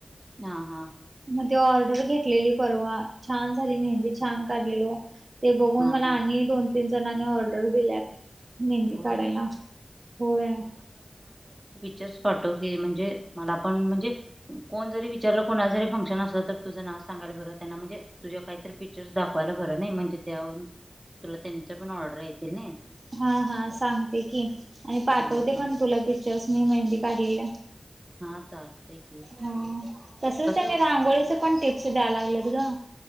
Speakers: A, on the right; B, on the right.
A: हा- हा
B: मग ती ऑर्डर घेतलेली परवा छान झाली मेहंदी छान काढलेलो. ते बघून
A: हा
B: मला
A: हा
B: आणि दोन- तीन जणांनी ऑर्डर दिल्यात. मेहंदी
A: होय
B: काढायला होय.
A: इमेजेस पाठव की म्हणजे मलापण म्हणजे कोण जरी विचारलं, कुणाचं जरी फंक्शन असलं तर तुझं नाव सांगायला बरं त्यांना म्हणजे तुझ्या काहीतरी पिक्चर्स दाखवायला बरं नाही म्हणजे त्यावरून तुला त्यांच पण ऑर्डर येतील नाई
B: हा -हा सांगते की आणि पाठवते
A: हा हा
B: पण तुला पिक्चर्स मी मेहंदी काढ लेलं.
A: हा चालतंय की
B: हा <inaudible> तसच
A: कसं
B: तेनी रांगोळीच पण टिप्स दयालागलेत ग